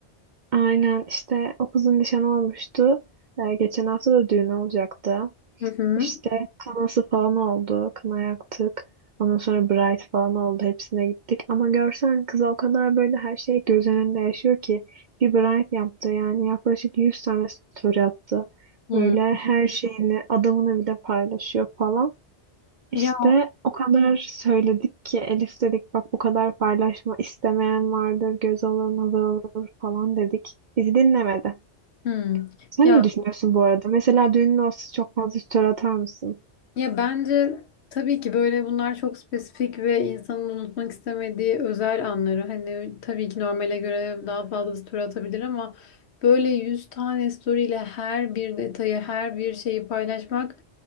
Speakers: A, on the right; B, on the left.
A: Aynen işte o kızın nişanı olmuştu. Ee, geçen hafta da düğünü olacaktı.
B: Hı hı.
A: İşte kınası falan oldu. Kına yaktık. Ondan sonra bride falan oldu. Hepsine gittik. Ama görsen kıza o kadar böyle her şey göz önünde yaşıyor ki. Bir bride yaptı yani yaklaşık 100 tane story attı.
B: Hı.
A: Böyle her şeyini adamını bile paylaşıyor falan. İşte
B: Ya,
A: o kadar söyledik ki Elif dedik bak bu kadar paylaşma istemeyen vardır göz alır nazar olur falan dedik. Bizi dinlemedi.
B: hı.
A: Sen
B: Ya
A: ne düşünüyorsun bu arada? Mesela düğünün olsa çok fazla story atar mısın?
B: Ya bence tabii ki böyle bunlar çok spesifik ve insanın unutmak istemediği özel anları. Hani tabii ki normale göre daha fazlası tur atabilir ama böyle 100 tane story'le her bir detayı, her bir şeyi paylaşmak